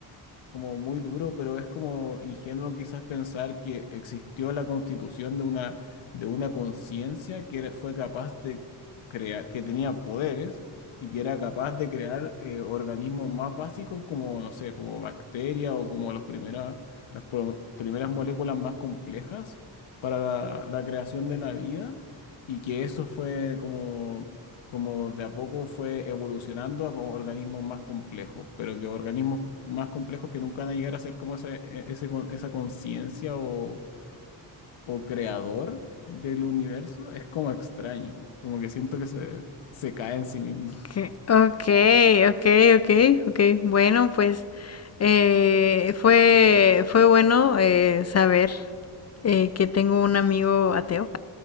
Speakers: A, on the left; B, on the left.
A: como muy duro, pero es como ingenuo quizás pensar que existió la constitución de una, de una conciencia que era- fue capaz de crear, que tenía poderes y que era capaz de crear eh, organismos más básicos como, no sé, como bacterias o como los primera- las pro- primeras moléculas más complejas para la, la creación de la vida y que eso fue como como de a poco fue evolucionando a como organismos más complejos, pero que organismos más complejos que nunca van a llegar a ser como ese, e- ese con- esa conciencia o, o creador del universo, es como extraño, como que siento que se, se cae en sí mismo.
B: Okay, okay, okay, okay, okay. Bueno, pues eh, fue fue bueno eh, saber eh, que tengo un amigo ateo,